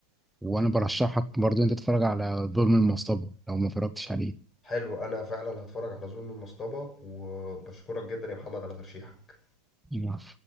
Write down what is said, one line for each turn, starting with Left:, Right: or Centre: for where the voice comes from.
Centre: وانا برشحك برضو انت تتفرج على ظلم المصطبة لو ما اتفرجتش
Left: حلو أنا فعلا هتفرج على ظلم المصطبة وبشكرك جدا يا محمد على ترشيحك
Centre: عليه